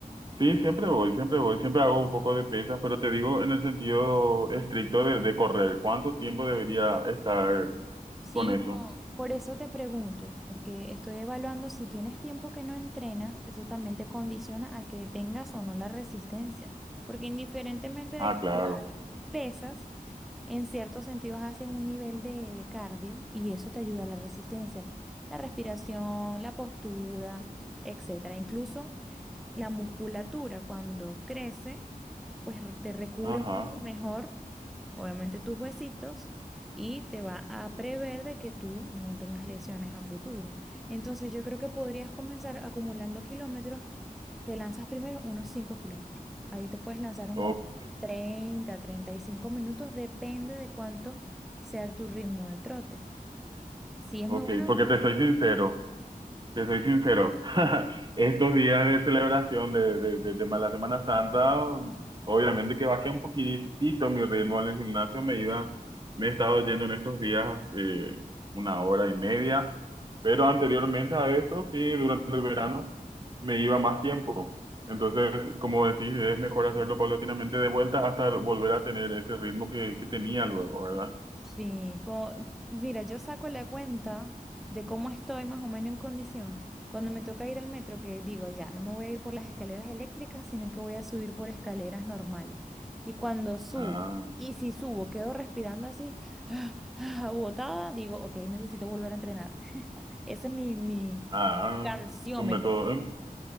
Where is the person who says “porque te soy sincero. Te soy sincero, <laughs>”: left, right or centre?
Right